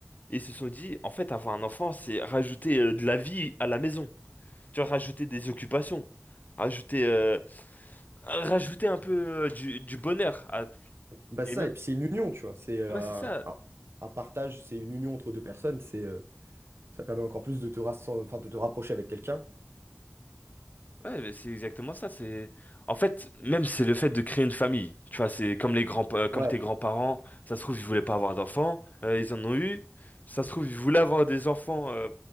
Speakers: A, on the left (about 35°); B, on the right (about 65°).
A: Et ils se sont dit, en fait, avoir un enfant, c'est rajouter euh, de la vie à la maison. Tu vois, rajouter des occupations. Rajouter, euh, rajouter un peu euh, du, du bonheur. à-
B: Bah
A: Et
B: ça,
A: même,
B: et puis c'est une union, tu vois. C'est euh,
A: ouais, c'est ça.
B: un, un partage, c'est une union entre deux personnes, c'est euh, ça permet encore plus de te, rassem- enfin, de te rapprocher avec quelqu'un.
A: Ouais, mais c'est exactement ça. C'est en fait même c'est le fait de créer une famille. Tu vois, c'est comme les grands, euh, comme
B: Ouais,
A: tes grands-parents. Ça se trouve ils voulaient pas avoir d'enfants, euh, ils en ont eu. Ça se trouve ils voulaient avoir des enfants euh,